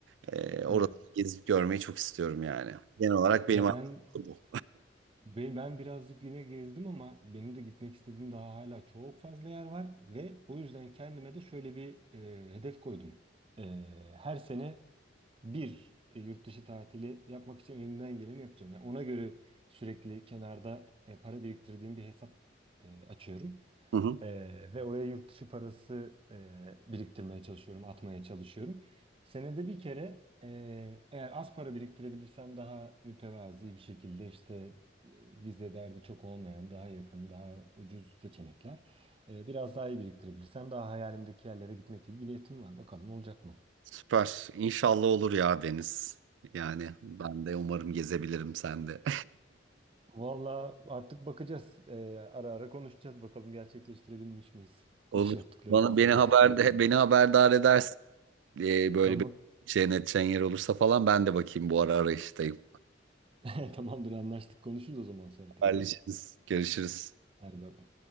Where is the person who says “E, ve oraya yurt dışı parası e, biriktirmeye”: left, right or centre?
Right